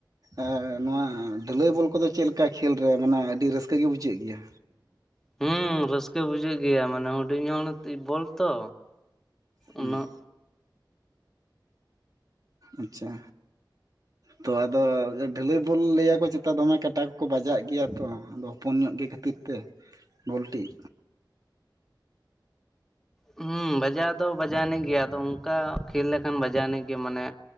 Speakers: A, on the right; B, in the centre.
A: ᱮ ᱱᱚᱣᱟ ᱰᱷᱟᱹᱞᱟᱹᱭ ᱵᱚᱞ ᱠᱚᱫᱚ ᱪᱮᱫ ᱞᱮᱠᱟ ᱠᱷᱮᱞ ᱨᱮ ᱢᱟᱱᱮ ᱟᱹᱰᱤ ᱨᱟᱹᱥᱠᱟᱹ ᱜᱮ ᱵᱩᱡᱷᱟᱹᱜ ᱜᱮᱭᱟ?
B: ᱦᱩᱸ ᱨᱟᱹᱥᱠᱟᱹ ᱵᱩᱡᱷᱟᱹᱜ ᱜᱮᱭᱟ ᱢᱟᱱᱮ ᱦᱩᱰᱤᱧ ᱦᱚᱲ ᱵᱚᱞ ᱛᱚ
A: ᱦᱩᱸ
B: ᱩᱱᱟᱹᱜ
A: ᱟᱪᱪᱷᱟ ᱛᱚ ᱟᱫᱚ ᱰᱷᱟᱹᱞᱟᱹᱭ ᱵᱚᱞ ᱞᱟᱹᱭᱟᱠᱚ ᱪᱮᱛᱟ ᱫᱚᱢᱮ ᱠᱟᱴᱟ ᱠᱚᱠᱚ ᱵᱟᱡᱟᱜ ᱜᱮᱭᱟ ᱛᱚ ᱟᱫᱚ ᱦᱚᱯᱚᱱ ᱧᱚᱜ ᱜᱮ ᱠᱷᱟᱹᱛᱤᱨ ᱛᱮ ᱵᱚᱞ ᱴᱤᱡ
B: ᱦᱩᱸ ᱵᱟᱡᱟᱣ ᱫᱚ ᱵᱟᱡᱟᱣ ᱟᱱᱤᱡ ᱜᱮᱭᱟ ᱟᱫᱚ ᱚᱱᱠᱟ ᱠᱷᱮᱞ ᱞᱮᱠᱷᱟᱱ ᱵᱟᱡᱟᱣ ᱟᱱᱤᱡ ᱜᱮ ᱢᱟᱱᱮ